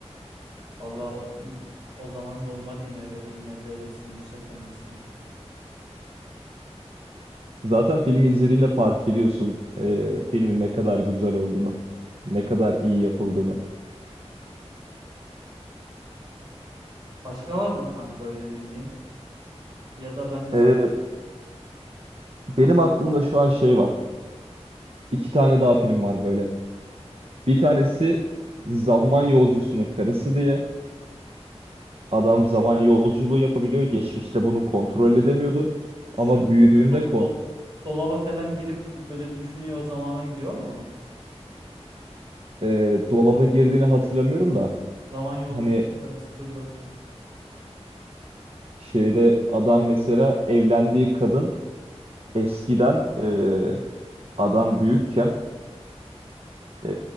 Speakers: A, on the right; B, on the right.
A: Valla o, o zaman normal IMDb IMDb'sinin yüksek olması.
B: Zaten filmi izlediğinde fark ediyorsun e, filmin ne kadar güzel olduğunu, ne kadar iyi yapıldığını.
A: Başka var mı kanka öyle bildiğin? Ya da ben mi san?
B: E, benim aklımda şu an şey var. İki tane daha film var böyle. Bir tanesi Zaman Yolcusunun Karısı diye. Adam zaman yolculuğu yapabiliyor. Geçmişte bunu kontrol edemiyordu.
A: Şu
B: Ama büyüdüğünde
A: do-
B: kont
A: do- dolaba falan girip böyle düşünüyor o zamana gidiyor mu?
B: e, dolaba girdiğini hatırlamıyorum da.
A: Zaman yolcusunun
B: Hani
A: karısı dur bakayım.
B: Şeyde adam mesela evlendiği kadın eskiden e, adam büyükken e,